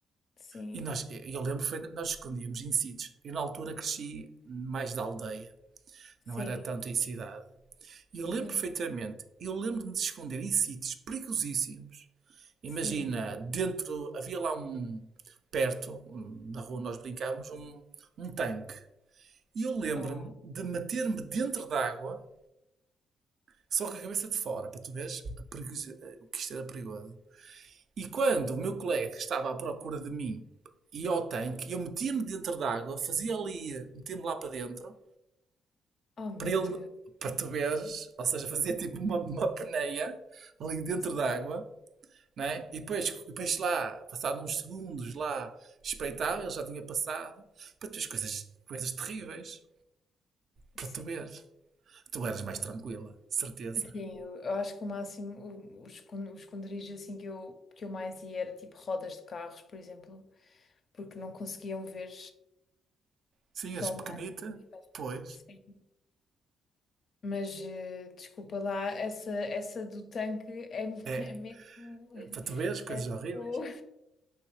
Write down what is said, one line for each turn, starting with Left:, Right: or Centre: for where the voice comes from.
Left: sim,
Right: E nós, eu lembro, foi, nós escondíamos em sítios. Eu na altura cresci mais da aldeia,
Left: sim,
Right: não era tanto em cidade. E eu
Left: sim,
Right: lembro perfeitamente, eu lembro-me de esconder em sítios perigosíssimos. Imagina,
Left: sim.
Right: dentro, havia lá um, perto, um, na rua nós brincávamos, um, um tanque. E eu lembro-me
Left: Oh,
Right: de meter-me dentro d'água, só com a cabeça de fora, para tu veres a perigosi- eh, o que isto era perigoso. E quando o meu colega estava à procura de mim ia ao tanque, eu metia-me dentro d'água, fazia ali, metia-me lá para dentro,
Left: oh meu
Right: para ele,
Left: Deus.
Right: para tu veres, ou seja, fazia tipo uma, uma peneia ali dentro
Left: Sim,
Right: d'água, né? E depois, depois lá, passado uns segundos lá, espreitava, ele já tinha passado, para tu veres coisas, coisas terríveis, para
Left: sim.
Right: tu veres. Tu eras mais tranquila, certeza.
Left: Sim, eu, eu acho que o máximo, o, o escon- o esconderijo assim que eu, que eu mais ia era tipo rodas de carros, por exemplo, porque não conseguiam ver.
Right: Sim, eras
Left: tão
Right: pequenita,
Left: bem.
Right: pois.
Left: Sim. Mas eh, desculpa lá, essa, essa do tanque é, é
Right: É,
Left: mesmo.
Right: para tu veres coisas
Left: É tipo.
Right: horríveis.